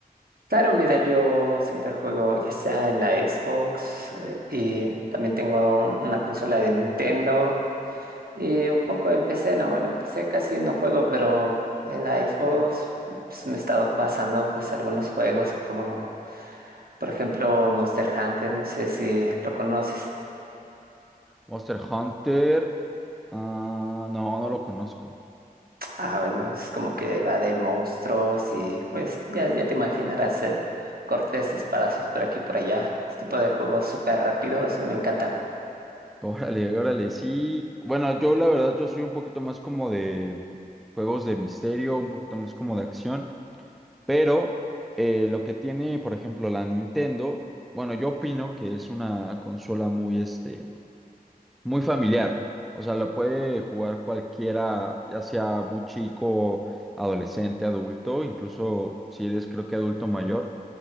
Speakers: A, on the right (about 75°); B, in the centre.
A: Claro, mira, yo siempre juego ya sea en la Xbox eh, y también tengo un- una consola de Nintendo y un poco empecé, no, bueno, empecé casi no juego, pero en la Xbox pues, me he estado pasando pues algunos juegos como por ejemplo Monster Hunter, no sé si lo conoces.
B: Monster Hunter. Ah, no, no lo conozco.
A: Ah, bueno, es como que va de monstruos y pues ya, ya te imaginarás el cortes, espadazos por aquí y por allá. Este tipo de juegos súper rápidos me encantan.
B: <laughs> Órale, órale, sí. Bueno, yo la verdad, yo soy un poquito más como de juegos de misterio, un poquito más como de acción. Pero eh, lo que tiene, por ejemplo, la Nintendo, bueno, yo opino que es una consola muy, este, muy familiar. O sea, la puede jugar cualquiera, ya sea muy chico, adolescente, adulto, incluso si eres, creo que adulto mayor.